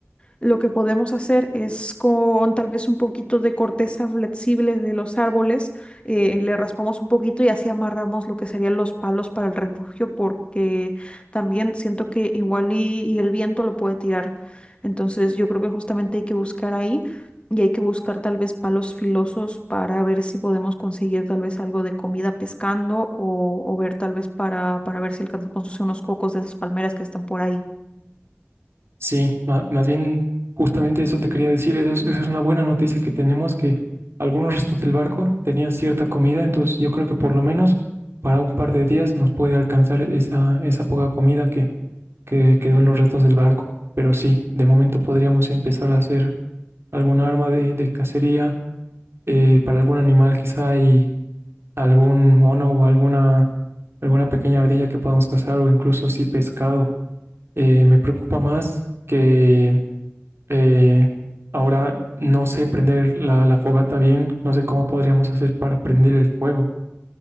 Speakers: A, on the left; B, on the right.
A: Lo que podemos hacer es con tal vez un poquito de corteza flexible de los árboles, eh, le raspamos un poquito y así amarramos lo que serían los palos para el refugio, porque también siento que igual y, y el viento lo puede tirar. Entonces yo creo que justamente hay que buscar ahí y hay que buscar tal vez palos filosos para ver si podemos conseguir tal vez algo de comida pescando o, o ver tal vez para, para ver si alcanzamos no sé, unos cocos de esas palmeras que están por ahí.
B: Sí, ma- más bien justamente eso te quería decir, esa es, esa es una buena noticia que tenemos, que algunos restos del barco tenían cierta comida, entonces yo creo que por lo menos para un par de días nos puede alcanzar esa, esa poca comida que, que quedó en los restos del barco. Pero sí, de momento podríamos empezar a hacer alguna arma de, de cacería eh, para algún animal, quizá hay algún mono o alguna, alguna pequeña ardilla que podamos cazar o incluso sí pescado. Eh, me preocupa más que eh, ahora no sé prender la, la fogata bien, no sé cómo podríamos hacer para prender el fuego.